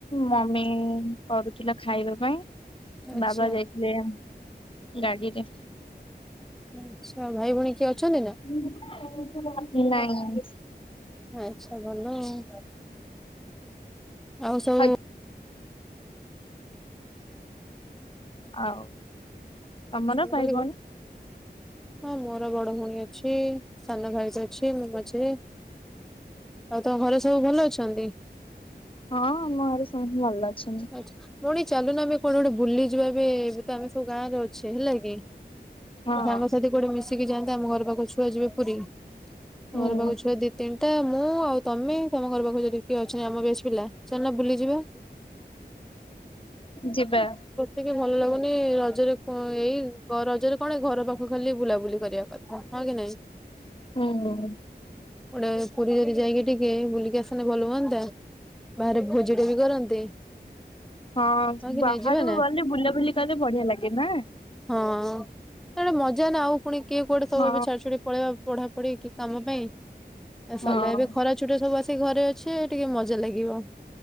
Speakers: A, on the left; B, in the centre.
A: ମମି କରୁଥିଲା ଖାଇବା ପାଇଁ
B: ଆଚ୍ଛା
A: ବାବା ଯାଇ ଲେ ଗାଡିରେ।
B: ଆଚ୍ଛା ଭାଇ ଭଉଣୀ କିଏ ଅଛନ୍ତି ନା?
A: ନାଇଁ।
B: ଆଚ୍ଛା ଭଲ ଆଉ ଆଉ ସବୁ
A: ହଇ। ଆଉ ତମର
B: ମୁଁ
A: ଭାଇ
B: କହିଲି
A: ଭଉଣୀ?
B: ହଁ ମୋର ବଡ ଭଉଣୀ ଅଛି ସାନ ଭାଇଟେ ଅଛି ମ-ମଝିରେ। ଆଉ ତମ ଘରେ ସବୁ ଭଲ ଅଛନ୍ତି?
A: ହଁ ଆମ ଘରେ ସମସ୍ତେ ଭଲ ଅଛନ୍ତି।
B: ଆଚ୍ଛା ଭଉଣୀ ଚାଲୁନ ଆମେ କୁଆଡେ ଗୋଟେ ବୁଲିଯିବା ଏବେ ଏବେ ତ ଆମେ ସବୁ ଗାଁରେ ଅ ଛେ ହେଲା କି
A: ହଁ
B: ସାଙ୍ଗ ସାଥି କୁଆଡେ ମିଶିକି ଯାଆନ୍ତେ ଆମ ଘର ପାଖ ଛୁଆ ଯିବେ ପୁରୀ ଆମ
A: ହୁଁ।
B: ଘର ପାଖ ଛୁଆ ଦି ତିନଟା ମୁଁ ଆଉ ତମେ ତମ ଘର ପାଖକୁ ଯଦି କିଏ ଅଛନ୍ତି ଆମ ବ୍ୟାଚ ପିଲା ଚାଲୁନା ବୁଲିଯିବା।
A: ଯିବା।
B: ଟିକେ ଭଲ ଲାଗୁନି ରଜରେ କ ଏଇ ଗ ରଜରେ କଣ ଏ ଘର ପାଖୁକୁ ଖାଲି ବୁଲା ବୁଲି କରିଆ କଥା ହଁ କି ନାଇଁ?
A: ହୁଁ ହୁଁ।
B: ଗୋଟେ ପୁରୀ ଯଦି ଯାଇକି ଟିକେ ବୁଲିକି ଆସନ୍ତେ ଭଲ ହୁଅନ୍ତା। ବାହାରେ ଭୋଜି ଟେ ବି କରନ୍ତେ।
A: ହଁ
B: କି
A: ବାହାରୁକୁ
B: ନାଇଁ ଯିବା ନା
A: ଗଲେ ବୁଲା ବୁଲି କଲେ ବଢିଆ ଲାଗେ ନା?
B: ହଁ ସେଇଟା ମଜା ନା ଆଉ ପୁଣି କିଏ କୁଆଡେ ସବୁ
A: ହଁ
B: ଏବେ ଛାଡି ଛୁଡି ପଳେଇବା ପଢା ପଢି କି କାମ ପାଇଁ ଏ
A: ହଁ
B: ସରଲା ଏବେ ଖରା ଛୁଟି ରେ ସବୁ ଆସିକି ଘରେ ଅଛେ ଟିକେ ମଜା ଲାଗିବ।